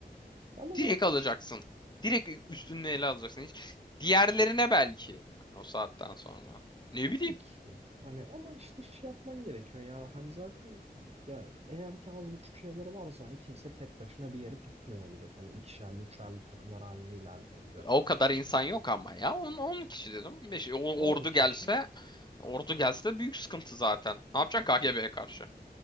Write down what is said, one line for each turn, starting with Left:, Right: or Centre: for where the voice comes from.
Right: Ama
Left: Direkt
Right: zaten
Left: alacaksın.
Right: şey
Left: Direkt üstünü ele alacaksın. Hiç diğerlerine belki o saatten sonra. Ne bileyim.
Right: değil ki ya. Hani ama işte şey yapman gerekiyor yani hani zaten ya eğer ki az buçuk şeyleri varsa hani kimse tek başına bir yeri tutmuyor olacak. Hani ikişerli üçerli takımlar halinde ilerliyor olacaklar.
Left: O kadar insan yok ama ya. on on kişi dedim. Beş- ordu
Right: 10 kişi.
Left: gelse ordu gelse büyük sıkıntı zaten. Ne yapacaksın KGB'ye karşı?